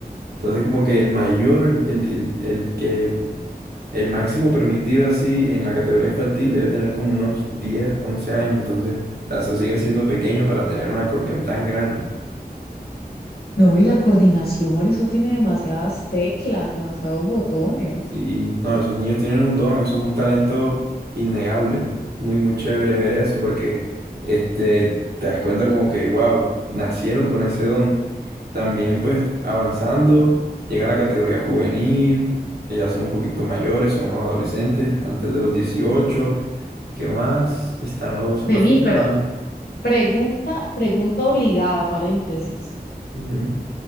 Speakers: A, on the right (about 80°); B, on the left (about 70°).
A: Entonces como que el mayor, el, el, el el que El máximo permitido así en la categoría infantil debe tener como unos diez once años, entonces, o sea, eso sigue siendo pequeño para tener un acordeón tan grande.
B: No, y la coordinación, eso tiene demasiadas teclas, demasiados botones.
A: Y no, esos niños tienen un don, eso es un talento innegable. Muy, muy chévere ver eso porque este, te das cuenta como que, wow, nacieron con ese don. También pues avanzando, llega la categoría juvenil, que ya son un poquito mayores, son los adolescentes, antes de los dieciocho ¿Qué más? Están los aficionados
B: Vení, pero pregunta, pregunta obligada, paréntesis.
A: Ujú.